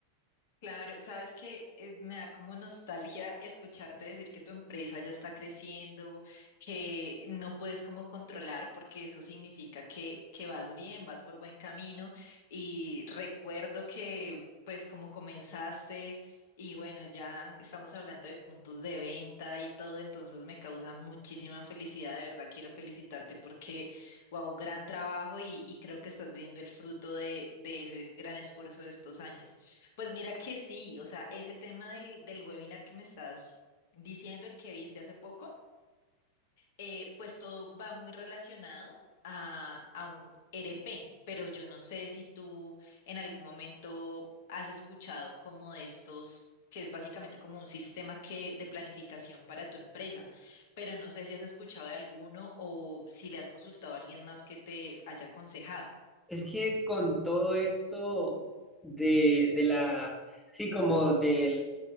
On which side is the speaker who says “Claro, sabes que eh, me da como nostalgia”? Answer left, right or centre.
Left